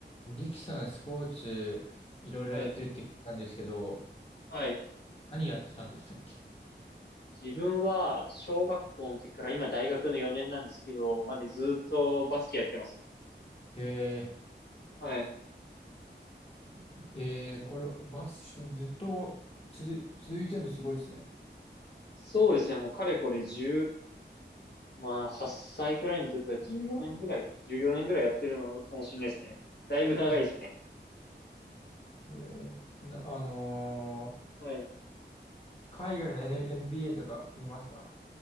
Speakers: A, on the left; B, on the left.
A: リキさん、スポーツ、いろいろやってるって聞いたんですけど、
B: はい。はい。
A: 何やってたんでしたっけ
B: 自分は、小学校の時から今大学の4年なんですけど、までずっとバスケやってますね。
A: え
B: はい。
A: ー、えー、これ、バッシュずっと続続いてるのすごいですね。
B: そうですね。もうかれこれ1まあ8歳くらいの時は14年ぐらい ?14 年ぐらいやってるのかもしれないですね。だいぶ長いですね。
A: ねえー、なあのー
B: はい。
A: 海外の N- b a とか見ますか